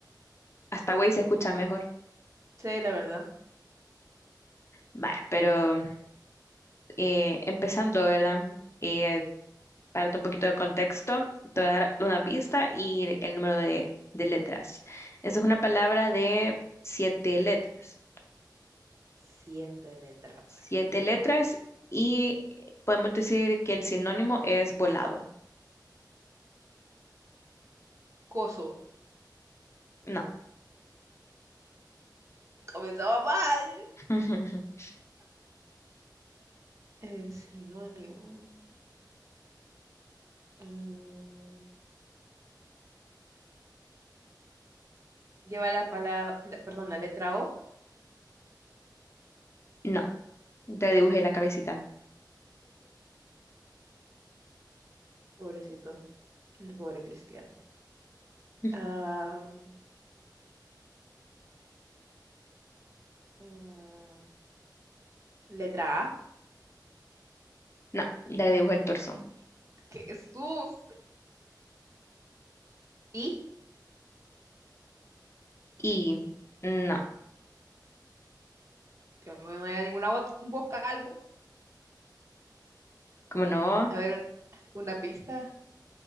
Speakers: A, on the left (about 35°); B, on the right (about 40°).
A: hasta güey se escucha mejor.
B: Sí, la verdad.
A: Vaya, pero eh, empezando, ¿verdad? Eh, Para darte un poquito de contexto, te voy a dar una pista y el número de, de letras. Esa es una palabra de siete letras.
B: Siete letras,
A: Siete
B: vaya. Vamos
A: letras
B: a ver.
A: y podemos decir que el sinónimo es volado.
B: Coso.
A: No,
B: Comenzaba mal.
A: <laughs>
B: Eh, sinónimo. Mm, lleva la palabra, perdón, la letra O.
A: no, le dibujé la cabecita.
B: Pobrecito, el pobre cristiano.
A: <laughs>
B: Ah, mm, letra A,
A: No, le dibujé el torso.
B: <laughs> Jesús. Y,
A: Y no,
B: Dios mío, no hay ninguna vo- vocal. bo.
A: como no,
B: A ver, un- una pista.